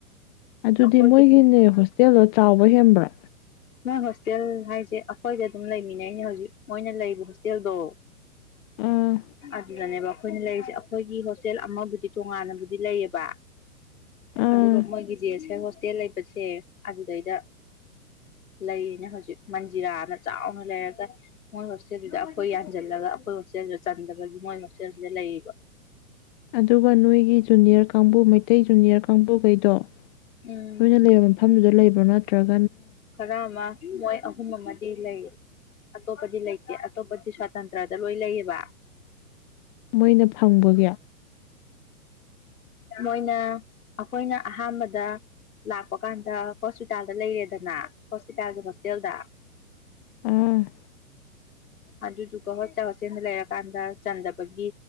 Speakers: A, on the left; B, on the left.
A: ꯑꯗꯨꯗꯤ
B: ꯑꯩꯈꯣꯏꯒꯤꯅꯦ
A: ꯃꯣꯏꯒꯤꯅꯦ ꯇꯦꯜꯗꯣ ꯆꯥꯎꯕ ꯍꯦꯟꯕ꯭ꯔꯥ
B: ꯅꯣꯏ ꯍꯣꯁꯇꯦꯜ ꯍꯥꯏꯁꯦ ꯑꯩꯈꯣꯏꯗ ꯑꯗꯨꯝ ꯂꯩꯃꯤꯟꯅꯩꯅꯦ ꯍꯧꯖꯤꯛ ꯃꯣꯏꯅ ꯂꯩꯕ ꯍꯣꯁꯇꯦꯜꯗꯣ
A: ꯑꯥ
B: ꯑꯗꯨꯗꯅꯦꯕ ꯑꯩꯈꯣꯏꯅ ꯂꯩꯔꯤꯁꯦ ꯑꯩꯈꯣꯏꯒꯤ ꯍꯣꯁꯇꯦꯜ ꯑꯃꯕꯨꯗꯤ ꯇꯣꯉꯥꯟꯅꯕꯨꯗꯤ ꯂꯩꯌꯦꯕ
A: ꯑꯥ
B: ꯑꯗꯨꯒ ꯃꯣꯏꯒꯤ ꯖꯦ ꯑꯦꯁ ꯑꯦꯜ ꯍꯣꯁꯇꯦꯜ ꯂꯩꯕꯁꯦ ꯑꯗꯨꯗꯩꯗ ꯂꯩꯌꯦꯅꯦ ꯍꯧꯖꯤꯛ ꯃꯟꯖꯤꯔꯥꯅ ꯆꯥꯎꯅ ꯂꯩꯔꯒ ꯃꯣꯏ ꯍꯣꯁꯇꯦꯜꯗꯨꯗ ꯑꯩꯈꯣꯏ ꯌꯥꯟꯁꯤꯜꯂꯒ ꯑꯩꯈꯣꯏ ꯍꯣꯁꯇꯦꯜꯗꯨꯗ ꯆꯟꯗꯕꯒꯤ ꯃꯣꯏ ꯍꯣꯁꯇꯦꯜꯗꯨꯗ ꯂꯩꯔꯤꯕ꯫
A: ꯑꯗꯨꯒ ꯅꯣꯏꯒꯤ ꯖꯨꯅꯤꯌꯔ ꯀꯥꯡꯕꯨ ꯃꯩꯇꯩ ꯖꯨꯅꯤꯌꯔ ꯀꯥꯡꯕꯨꯈꯩꯗꯣ꯫ ꯑꯩꯈꯣꯏꯅ
B: ꯎꯝ
A: ꯂꯩꯕ ꯃꯐꯝꯗꯨꯗ꯫ ꯂꯩꯕ꯭ꯔꯥ ꯅꯠꯇ꯭ꯔꯒ
B: ꯈꯔ ꯑꯃ ꯃꯣꯏ ꯑꯍꯨꯝ ꯑꯃꯗꯤ ꯂꯩ ꯑꯇꯣꯞꯄꯗꯤ ꯂꯩꯇꯦ ꯑꯇꯣꯞꯄꯗꯤ ꯁ꯭ꯋꯥꯇꯟꯇ꯭ꯔꯗ ꯂꯣꯏ ꯂꯩꯌꯦꯕ꯫ <inaudible>
A: ꯃꯣꯏꯅ ꯐꯪꯕꯒꯤ
B: ꯃꯣꯏꯅ ꯑꯩꯈꯣꯏꯅ ꯑꯍꯥꯟꯕꯗ ꯂꯥꯛꯄ ꯀꯥꯟꯗ ꯍꯣꯁꯄꯤꯇꯥꯜꯗ ꯂꯩꯔꯦ꯫ ꯗꯅꯅ ꯍꯣꯁꯄꯤꯇꯥꯜꯒꯤ ꯃꯁꯦꯜꯗ
A: ꯎꯝ
B: ꯑꯗꯨꯗꯨꯒ ꯍꯣꯁꯄꯤꯇꯥꯜ ꯍꯣꯁꯇꯦꯜꯗ ꯂꯩꯔꯀꯥꯟꯗ ꯆꯟꯗꯕꯒꯤ